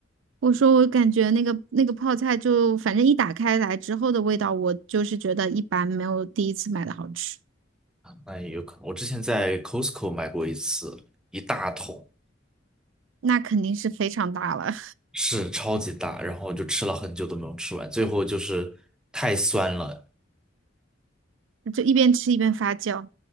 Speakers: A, on the right (about 85°); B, in the centre.
A: 我说我感觉那个那个泡菜就反正一打开来之后的味道，我就是觉得一般，没有第一次买的好吃。
B: 那也有可能。我之前在 Costco 买过一次，一大桶，
A: 那肯定是非常大了，
B: 是超级大，然后我就吃了很久都没有吃完，最后就是太酸了，
A: <laughs> 就一边吃一边发酵。